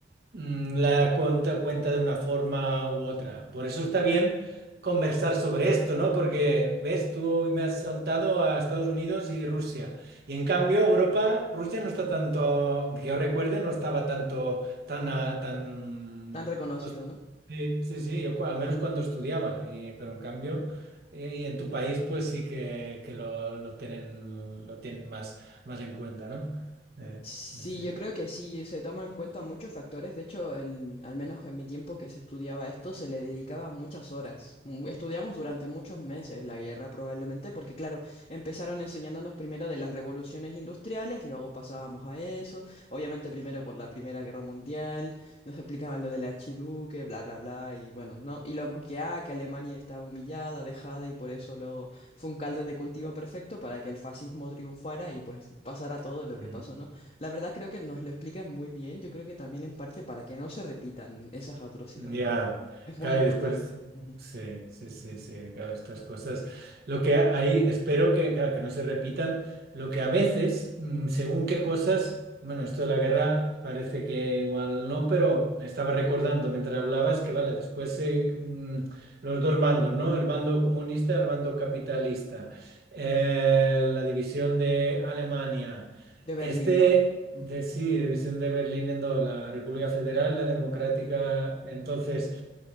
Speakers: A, on the right; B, on the left.
A: mm, la cuenta, cuenta de una forma u otra. Por eso está bien conversar sobre esto, ¿no? Porque, ves, tú hoy me has saltado a Estados Unidos y Rusia. Y en cambio, Europa, Rusia no está tanto, que yo recuerde, no estaba tanto, tan, ah, tan...
B: tan reconocido,
A: no es-
B: ¿no?
A: Sí, sí, sí, yo cu- al menos cuando estudiaba, y- pero en cambio, eh, y en tu país, pues sí que, que lo, lo tienen, lo tienen más, más en cuenta, ¿no? Eh,
B: Sí,
A: no sé.
B: yo creo que sí, se toman en cuenta muchos factores. De hecho, en- al menos en mi tiempo que se estudiaba esto, se le dedicaba muchas horas. Mm, Estudiamos durante muchos meses la guerra probablemente, porque claro, empezaron enseñándonos primero de las revoluciones industriales, luego pasábamos a eso, obviamente primero por la Primera Guerra Mundial, nos explicaban lo del archiduque, bla, bla, bla, y bueno, ¿no? Y luego que, ah, que Alemania estaba humillada, vejada, y por eso luego fue un caldo de cultivo perfecto para que el fascismo triunfara y pues pasara todo lo
A: Mm.
B: que pasó, ¿no? La verdad creo que nos lo explican muy bien, yo creo que también en parte para que no se repitan esas atrocidades,
A: Ya,
B: ¿no? Es muy
A: claro,
B: importante.
A: y después,
B: Ujú.
A: sí, sí, sí, sí, claro, estas cosas. Lo que ha- ahí espero que, claro, que no se repitan, lo que a veces, mm, según qué cosas, bueno, esto de la guerra parece que igual no, pero me estaba recordando mientras hablabas que, vale, después se, mm, los dos bandos, ¿no? El bando comunista y el bando capitalista, Eh, la división de Alemania.
B: De Berlín,
A: Este...
B: ¿no? Ujú.
A: De, sí, división de Berlín en dos, la República Federal, la Democrática. Entonces,